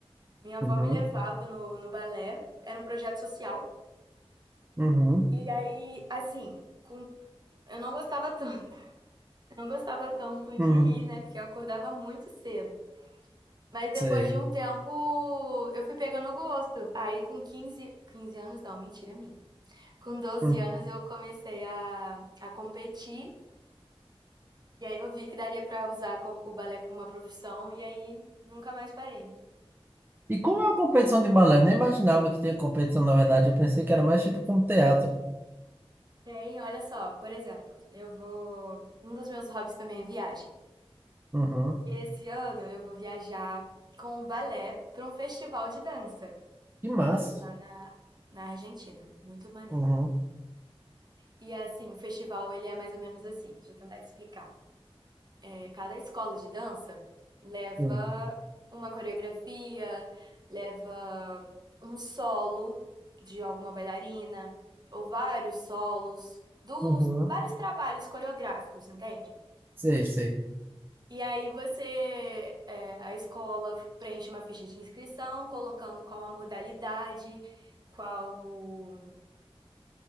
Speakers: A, on the right; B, on the right.
A: Minha avó
B: Uhum,
A: me levava no, no balé. Era um projeto social.
B: uhum,
A: E aí, assim, com... eu não gostava <laughs> tanto. Eu não gostava tanto de
B: uhum,
A: ir, né? Porque eu acordava muito cedo. Mas
B: sei.
A: depois de um tempo, eu fui pegando gosto. Aí com quinze quinze anos, não, mentira minha. Com doze
B: Hum.
A: anos eu comecei a, a competir e aí eu vi que daria pra usar com- o balé como uma profissão e aí nunca mais parei.
B: E como é uma competição de balé? Eu nem imaginava que tinha competição, na verdade. Eu pensei que era mais tipo como teatro.
A: Tem, olha só, por exemplo, eu vou. Um dos meus hobbies também é viagem.
B: Uhum,
A: E esse ano eu vou viajar com o balé para um festival de dança
B: que massa.
A: lá na, na Argentina. Muito maneiro.
B: Uhum,
A: E assim, o festival ele é mais ou menos assim, deixa eu tentar te explicar. É, Cada escola de dança leva
B: sim,
A: uma coreografia, leva um solo de alguma bailarina, ou vários solos, dos
B: uhum,
A: vários trabalhos coreográficos, entende?
B: sei, sei.
A: E aí você, é, a escola preenche uma ficha de inscrição, colocando qual a modalidade, qual,